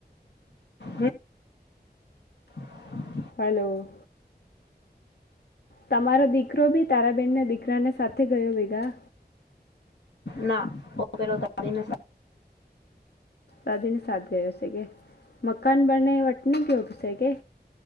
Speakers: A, on the left; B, on the left.
A: હ <inaudible>
B: હલો તમારો દીકરો બી તારાબેનના દીકરાને સાથે ગયો ભેગા
A: ના પેલોને ગ
B: રાાધીને સાથ ગયો છે કે મકાન બને વટ ન ગયોગશે કે